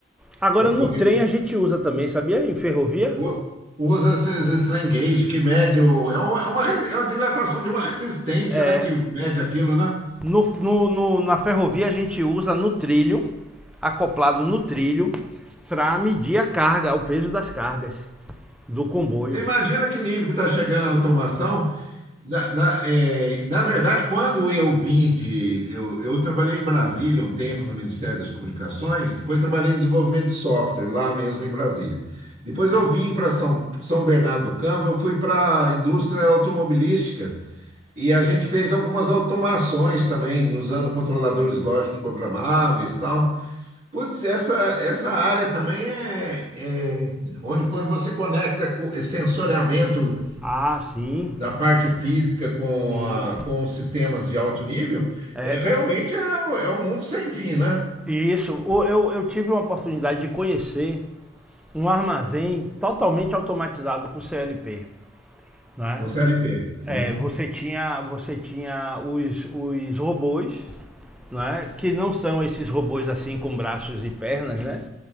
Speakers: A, in the centre; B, on the right (about 50°).
A: Agora
B: Para
A: no
B: poder.
A: trem a gente usa também, sabia? Em ferrovia?
B: u- Usa esses strain gauge que mede o. É uma, é uma, res- é uma dilatação de uma resistência,
A: É.
B: né? Que mede aquilo, né?
A: No, no, no- na ferrovia a gente usa no trilho, acoplado no trilho, para medir a carga, o peso das cargas do comboio.
B: Você imagina que nível que está chegando a automação? Na, na- é, na verdade, quando eu vim de. Eu, eu trabalhei em Brasília um tempo no Ministério das Comunicações, depois trabalhei em desenvolvimento de software, lá mesmo em Brasília. Depois eu vim para São, São Bernardo do Campo, eu fui para a indústria automobilística e a gente fez algumas automações também, usando controladores lógicos programáveis e tal. Putz, essa, essa área também é, é onde quando você conecta co- sensoriamento
A: Ah, sim,
B: da parte física com,
A: sim.
B: a- com os sistemas de alto nível,
A: É,
B: é, realmente é, um- é um mundo sem fim, né?
A: Isso, eu, eu tive uma oportunidade de conhecer um armazém totalmente automatizado com CLP, né?
B: Com CLP.
A: É,
B: Uhum.
A: É, você tinha, você tinha os, os robôs, né? Que não são esses robôs assim com braços e pernas, né?